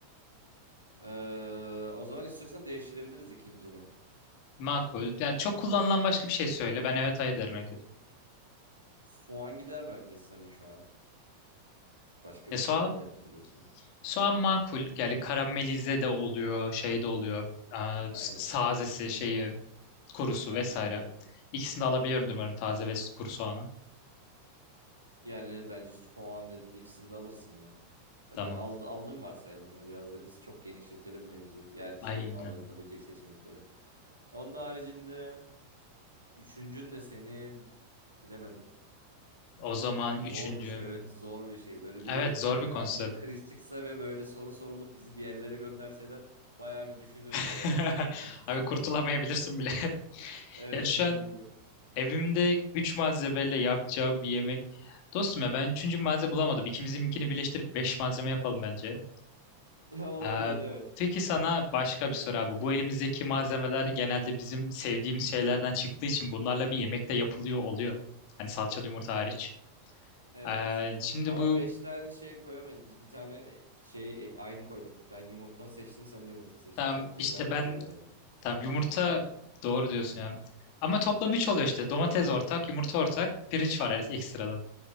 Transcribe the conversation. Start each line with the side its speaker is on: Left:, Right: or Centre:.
Right: Ee, o zaman istiyorsan değiştirebiliriz ikincini.
Left: Makul. Yani çok kullanılan başka bir şey söyle. Ben evet hayır derim en kötü.
Right: Soğan gider bence senin şu an. Başka
Left: Ya
Right: bir
Left: soğan,
Right: şeyler de yapabiliyorsun.
Left: soğan makul. Yani karamelize de oluyor, şey de oluyor. Aa,
Right: Aynen.
Left: s- sazesi, şeyi, kurusu
Right: Aynen
Left: vesaire.
Right: öyle.
Left: İkisini de alabiliyorumdur umarım taze ve kuru soğanı.
Right: Yani bence soğan dediğimde ikisini de alırsın ya. Hadi
Left: Tamam.
Right: al, aldım varsayalım ya. Biraz da biz çok genişletelim mevzuyu. Yani
Left: Aynen.
Right: şey alınabilecek seçenekleri. Onun haricinde üçüncün de senin bilemedim.
Left: O zaman üçüncüm.
Right: Zormuş evet zor bir şey. Böyle bir
Left: Evet zor
Right: e,
Left: bir konsept.
Right: anlık kriz çıksa ve böyle soru sorulup bizi bir yerlere gönderseler bayağı bir düşünürüz
Left: <laughs>
Right: herhalde ne yapmalıyız
Left: Abi kurtulamayabilirsin
Right: diye. <laughs>
Left: bile. <laughs>
Right: Evet
Left: Yani şu
Right: dediğin
Left: an
Right: gibi.
Left: evimde üç malzemeyle yapacağı bir yemek. Dostum ya ben üçüncü malzeme bulamadım. İkimizinkini birleştirip beş malzeme yapalım bence.
Right: <laughs> Olabilir
Left: Ee,
Right: evet.
Left: peki sana başka bir soru abi. Bu elimizdeki malzemeler genelde bizim sevdiğimiz şeylerden çıktığı için bunlarla bir yemekte yapılıyor oluyor. Hani salçalı yumurta hariç.
Right: Evet.
Left: Ee, şimdi
Right: Ama
Left: bu
Right: 5 tane şey koyamayız. Biz bir tane e, şey e, aynı koyduk. Ben yumurta seçtim, sen de yumurta seçtin.
Left: tam
Right: Onu tekrardan
Left: işte ben
Right: düzenleyelim.
Left: tam yumurta doğru diyorsun ya. Ama toplam 3 oluyor işte. Domates ortak, yumurta ortak, pirinç var er-, ekstradan.